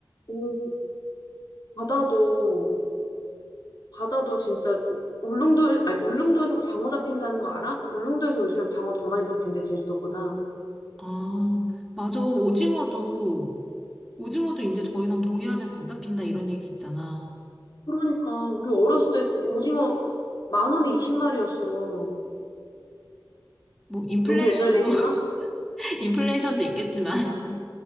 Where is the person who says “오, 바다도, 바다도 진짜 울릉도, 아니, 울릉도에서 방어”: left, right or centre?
Left